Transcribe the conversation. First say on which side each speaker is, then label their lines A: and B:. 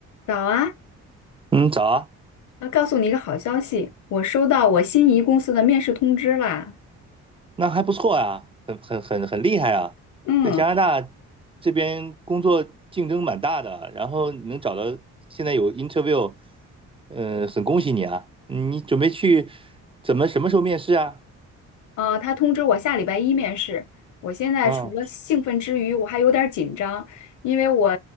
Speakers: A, on the left; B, on the right.
A: 早啊，
B: 嗯，早啊，
A: 要告诉你一个好消息，我收到我心仪公司的面试通知啦。
B: 那还不错呀，很很很很厉害啊，
A: 嗯，
B: 在加拿大这边工作竞争蛮大的，然后你能找到现在有 interview，呃，很恭喜你啊，嗯你准备去怎么什么时候面试啊？
A: 呃，他通知我下礼拜一面试。我现在除了兴奋之余，
B: 嗯，
A: 我还有点儿紧张，因为我